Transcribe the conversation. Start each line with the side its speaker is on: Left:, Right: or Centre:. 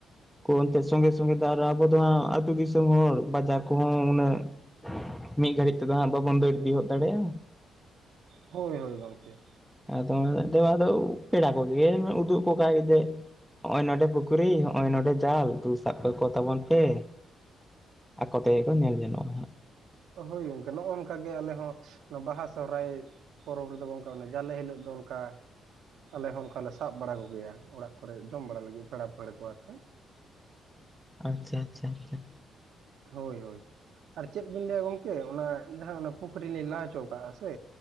Centre: ᱠᱚ ᱮᱱᱛᱮ ᱥᱚᱸᱜᱮ ᱥᱚᱸᱜᱮ ᱛᱮ ᱟᱨ ᱟᱵᱚ ᱫᱚ ᱦᱟᱸᱜ ᱟᱹᱛᱩ ᱫᱤᱥᱚᱢ ᱦᱚᱲ ᱵᱟᱡᱟᱨ ᱠᱚᱦᱚᱸ ᱩᱱᱟᱹᱜ ᱢᱤᱫ ᱜᱷᱟᱹᱲᱤᱡ ᱛᱮᱫᱚ ᱦᱟᱸᱜ ᱵᱟᱵᱚᱱ ᱫᱟᱹᱲ ᱤᱫᱤ ᱦᱚᱫ ᱫᱟᱲᱮᱭᱟᱜᱼᱟ᱾
Right: ᱦᱳᱭ ᱦᱳᱭ ᱜᱚᱢᱠᱮ᱾
Centre: ᱟᱫᱚ <unintelligible> ᱟᱫᱚ ᱯᱮᱲᱟ ᱠᱚᱜᱮ ᱩᱫᱩᱜ ᱟᱠᱚ ᱠᱷᱟᱡ ᱡᱮ ᱦᱚᱸᱜᱼᱚᱭ ᱱᱚᱰᱮ ᱯᱩᱠᱷᱨᱤ ᱦᱚᱸᱜᱚᱭ ᱱᱚᱰᱮ ᱡᱟᱞ ᱫᱩ ᱥᱟᱵ ᱠᱟᱠᱚ ᱛᱟᱵᱚᱱ ᱯᱮ᱾ ᱟᱠᱚ ᱛᱮᱜᱮ ᱠᱚ ᱧᱮᱞ ᱡᱚᱱᱚᱜᱼᱟ ᱦᱟᱸᱜ᱾
Right: ᱦᱳᱭ ᱜᱚᱝᱠᱮ ᱱᱚᱸᱜᱼᱚᱭ ᱱᱚᱝᱠᱟ ᱜᱮ ᱟᱞᱮ ᱦᱚᱸ ᱵᱟᱦᱟ ᱥᱚᱦᱚᱨᱟᱭ ᱯᱚᱨᱚᱵᱽ ᱨᱮᱫᱚ ᱚᱱᱠᱟᱜ ᱡᱟᱞᱮ ᱦᱤᱞᱳᱜ ᱫᱚ ᱚᱱ ᱠᱟ ᱟᱞᱮ ᱦᱚᱸ ᱚᱱᱠᱟ ᱞᱮ ᱥᱟᱵ ᱵᱟᱲᱟ ᱠᱚᱜᱮᱭᱟ ᱚᱲᱟᱜ ᱠᱚᱨᱮ ᱡᱚᱢ ᱵᱟᱲᱟ ᱞᱟᱹᱜᱤᱫ ᱯᱮᱲᱟ ᱯᱟᱹᱲᱦᱟᱹ ᱠᱚ ᱟᱛᱮ᱾
Centre: ᱟᱪᱪᱷᱟ ᱪᱷᱟ ᱪᱷᱟ᱾
Right: ᱦᱳᱭ ᱦᱳᱭ ᱟᱨ ᱪᱮᱫ ᱵᱤᱱ ᱞᱟᱹᱭᱟ ᱜᱚᱢᱠᱮ ᱚᱱᱟ ᱡᱟᱦᱟᱸ ᱚᱱᱟ ᱯᱩᱠᱷᱨᱤ ᱞᱤᱧ ᱞᱟ ᱦᱚᱪᱚ ᱠᱟᱜᱼᱟ ᱥᱮ